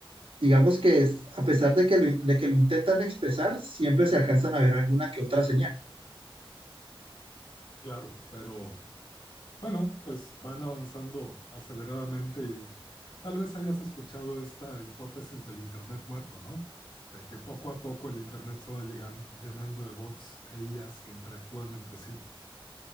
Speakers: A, on the right; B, on the left.
A: digamos que es, a pesar de que lo, in- de que lo intentan expresar, siempre se alcanzan a ver alguna que otra señal.
B: Claro, pero Bueno, pues van avanzando aceleradamente y tal vez hayas escuchado esta hipótesis del Internet muerto, ¿no? De que poco a poco el Internet se va llegan- llenando de bots e IAs que interactúan entre sí.